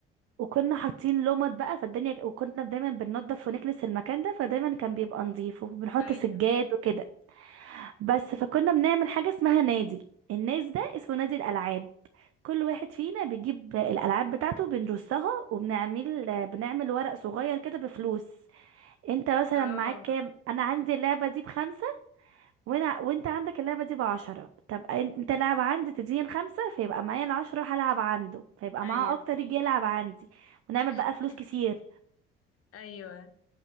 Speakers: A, on the right; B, on the left.
A: وكنا حاطين لمط بقى فالدنيا وكنا دايما بننضف ونكنس المكان ده فدايما كان بيبقى نظيف وبنحط
B: ايوه
A: سجاد وكده بس فكنا بنعمل حاجة اسمها نادي الناس ده اسمه نادي الألعاب كل واحد فينا بيجيب الألعاب بتاعته بنرصها وبنعمل بنعمل ورق صغير كده بفلوس انت مثلا
B: اه
A: معاك كام انا عندي اللعبة دي بخمسة وانا وانت عندك اللعبة دي بعشرة طب ان- انت لعب عندي تديني الخمسة فيبقى معايا العشرة هلعب عنده فيبقى
B: ايوه
A: معاه اكتر يجي يلعب عندي ونعمل بقى
B: <laughs>
A: فلوس كتير
B: ايوه